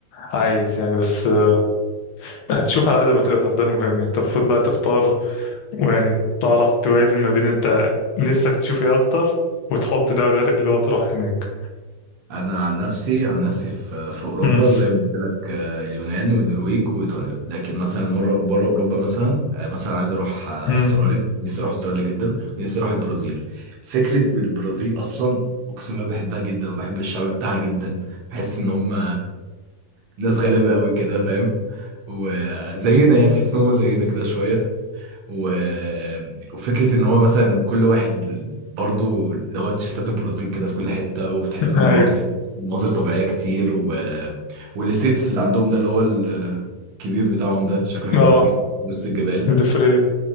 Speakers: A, on the left; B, on the right.
A: عايز يعني بس آه، هتشوف على قد ما تقدر ده المهم يعني أنت المفروض بقى تختار ويعني تعرف توازن ما بين أنت نفسك تشوف إيه أكتر وتحط ده أولوياتك اللي هو تروح هناك
B: انا عن نفسي عن نفسي في في اوروبا
A: مم.
B: زي ما قلت لك آه، اليونان والنرويج وايطاليا لكن مثلا مره بره اوروبا مثلا آه، مثلا عايز اروح آه،
A: مم.
B: استراليا نفسي اروح استراليا جدا ونفسي اروح البرازيل فكره البرازيل اصلا اقسم بالله بحبها جدا وبحب الشعب بتاعها جدا بحس ان هم ناس غلابه قوي كده فاهم وزينا يعني تحس ان هم زينا كده شويه و... وفكرة ان هو مثلا كل واحد برضو اللي هو تيشيرتات البرازيل كده في كل حتة وبتحس ان
A: أيوه
B: برضو في مناظر طبيعية كتير و... والستيتس اللي عندهم ده اللي هو الكبير بتاعهم ده شكله حلو
A: أه
B: قوي وسط الجبال
A: الفري